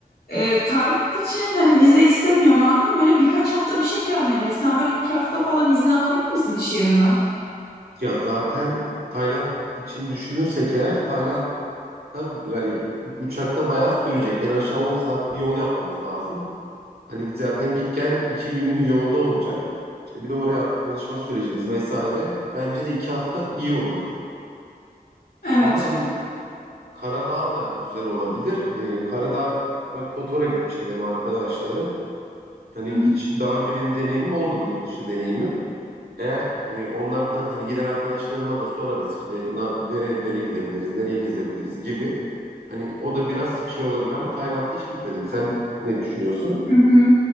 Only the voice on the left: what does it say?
Ee, Tayland için hani vize istemiyor madem böyle birkaç hafta bir şey planlayabiliriz. Sen böyle iki hafta falan izin alabilir misin iş yerinden?
Evet.
Hı hı.
Hı hı.